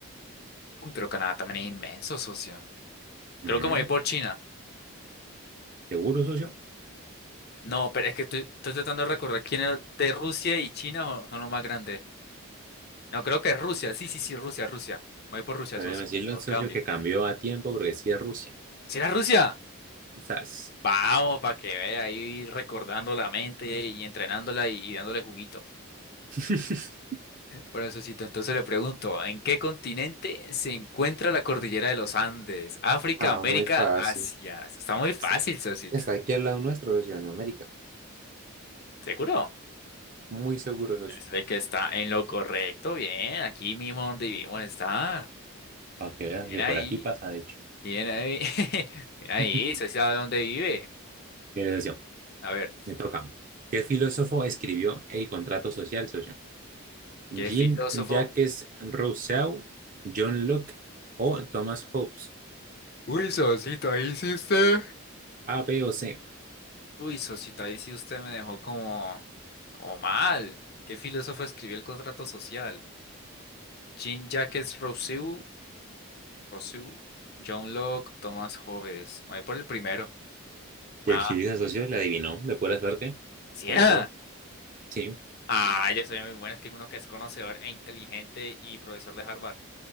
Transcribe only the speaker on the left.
Uy, pero Canadá también es inmenso, socio.
Creo que me voy por China.
No, pero es que estoy, estoy tratando de recordar quién es de Rusia y China o- son los más grandes. No, creo que es Rusia. Sí, sí, sí, Rusia, Rusia. Voy por Rusia,
sos.
Lo
cambio.
¿Será Rusia?
Vamos, para que vea ahí recordando la mente y entrenándola y, y dándole juguito.
Bueno, sosito. entonces le pregunto, ¿en qué continente se encuentra la cordillera de los Andes? África,
América,
Asia. Eso está muy fácil,
Sosito.
¿Seguro?
Es de que está en lo correcto, bien. Aquí mismo donde vivimos está.
Bien
ahí.
Bien ahí. <laughs> Bien ahí,
¿se sabe dónde vive?
A ver,
¿qué filósofo?
Uy, Sosito, ahí sí usted.
Uy, Sosito, ahí sí usted me dejó como, como mal. ¿Qué filósofo escribió el contrato social? Jean-Jacques Rousseau, Rousseau, John Locke, Thomas Hobbes. Me voy por el primero. La
A.
¿Sí
era?
Ah, yo soy muy bueno, es que uno que es conocedor e inteligente y profesor de Harvard.